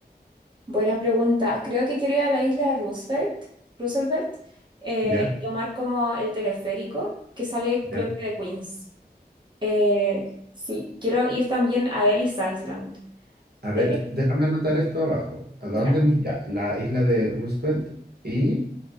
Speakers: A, on the right; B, on the right.
A: buena pregunta. Creo que quiero ir a la isla de Roosevelt, Roosevelt, eh,
B: ¿Ya?
A: y tomar como el teleférico que sale,
B: ¿Ya?
A: creo que de Queens. Eh, sí, quiero ir también a Ellis Island.
B: A ver,
A: Eh,
B: déjame anotar esto abajo. ¿A dónde?
A: ya.
B: mi- Ya, la isla de Roosevelt y